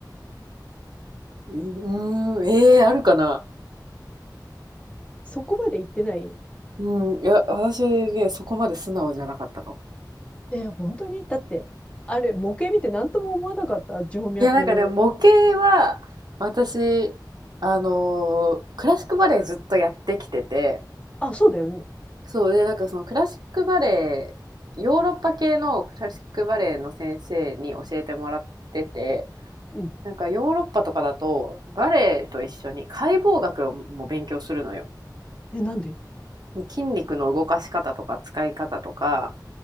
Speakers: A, on the right (about 65°); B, on the left (about 15°).
A: うーん、えー、あるかな。
B: そこまで言ってない
A: うん、いや、私ね、そこまで素直じゃなかったかも。
B: え、本当にだって、あれ、模型見て何とも思わなかった静脈。
A: いや、なんかね、模型は、私、あのークラシックバレエずっとやってきてて、
B: あ、そうだよね。
A: そうでなんかそのクラシックバレエヨーロッパ系のクラシックバレエの先生に教えてもらってて
B: うん。
A: なんかヨーロッパとかだとバレエと一緒に解剖学をも勉強するのよ。
B: え、なんで
A: 筋肉の動かし方とか使い方とか